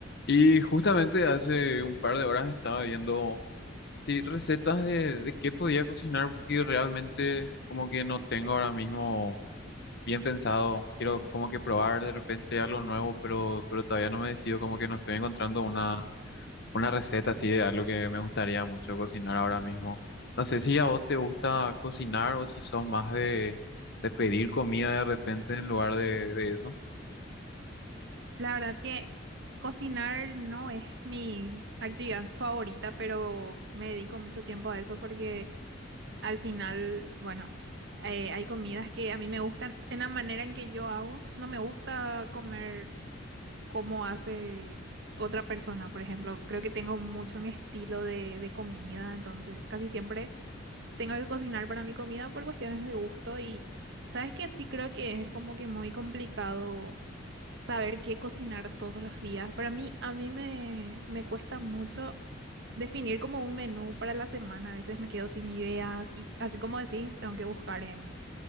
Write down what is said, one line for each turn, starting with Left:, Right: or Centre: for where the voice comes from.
Left: Y justamente hace un par de horas estaba viendo, sí, recetas de, de qué podía cocinar, porque realmente como que no tengo ahora mismo bien pensado. Quiero como que probar de repente algo nuevo, pero, pero todavía no me decido, como que no estoy encontrando una, una receta así de algo que me gustaría mucho cocinar ahora mismo. No sé si a vos te gusta cocinar o si sos más de, de pedir comida de repente en lugar de, de eso.
Right: La verdad que cocinar no es mi actividad favorita, pero me dedico mucho tiempo a eso porque al final, bueno, eh, hay comidas que a mí me gustan en la manera en que yo hago. No me gusta comer como hace otra persona, por ejemplo. Creo que tengo mucho mi estilo de, de comida, entonces casi siempre tengo que cocinar para mi comida por cuestiones de gusto y, ¿sabes qué? Sí creo que es como que muy complicado saber qué cocinar todos los días. Para mí, a mí me, me cuesta mucho definir como un menú para la semana. A veces me quedo sin ideas y así como decís, tengo que buscar en,